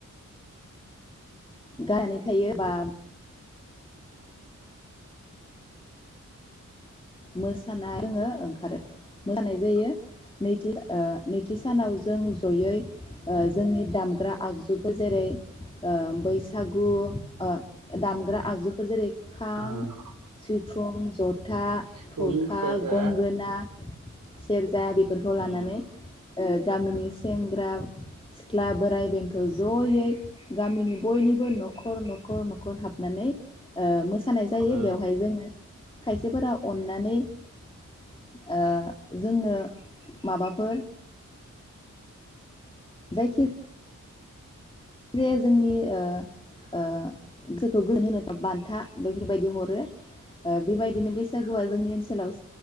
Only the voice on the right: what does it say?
ओ
सिफुं
सेरजा
उम
ओ